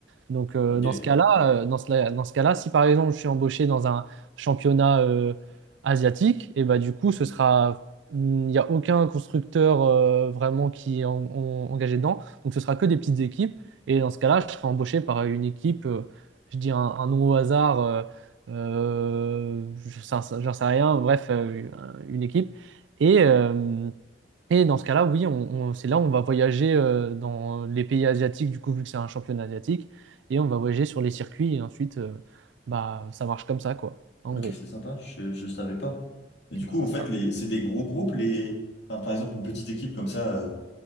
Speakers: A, on the right; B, on the left.
A: Donc, euh,
B: Ok.
A: dans ce cas-là, euh, dans ce, dans ce cas-là, si par exemple je suis embauché dans un championnat euh, asiatique, et bah, du coup, ce sera, mm, il n'y a aucun constructeur euh, vraiment qui est en- en- engagé dedans. Donc, ce sera que des petites équipes. Et dans ce cas-là, je serai embauché par une équipe, euh, je dis un, un nom au hasard, euh, euh, j'en sais j'en sais rien, bref, euh, une équipe. Et. euh, et dans ce cas-là, oui, on, on- c'est là où on va voyager euh, dans les pays asiatiques, du coup, vu que c'est un championnat asiatique, et on va voyager sur les circuits, et ensuite, euh, bah, ça marche comme ça, quoi, en
B: Ok,
A: gros.
B: c'est sympa. Je, je savais pas. Et du coup,
A: C'est
B: en fait,
A: ça.
B: les, c'est des gros groupes, les... enfin, par exemple, une petite équipe comme ça, euh,